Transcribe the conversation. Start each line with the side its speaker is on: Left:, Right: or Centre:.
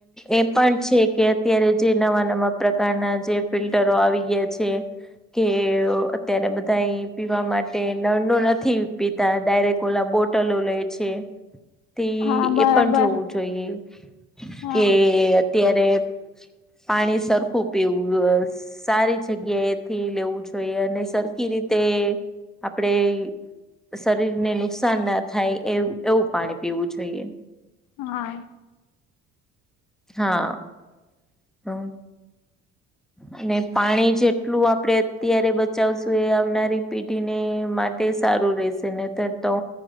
Centre: એ પણ છે કે અત્યારે જે નવા નવા પ્રકારના જે ફિલ્ટરો આવી ગયા છે. કે અત્યારે બધા પીવા માટે નળ ન નથી પી ત ડાયરેક્ટ ઓલા બોટલો લે છે. થી
Left: હા બરાબર
Centre: એ પણ જોવું જોઈએ
Left: હા
Centre: કે અયારે પાણી સરખું પીવુંસ. સારી જગ્યાએથી લેવું જોઈએ અને સરખી રીતે આપણેે શરીરને નુકસાન ના થાય એ એવું પાણી પીવું જોઈએ.
Left: હા.
Centre: હા. નઓ. અને પાણી જેટલું આપડે અત્યારે બચાવશું એ આવનારી પેઢીને માટે તે સારું રહેશે ને તો તો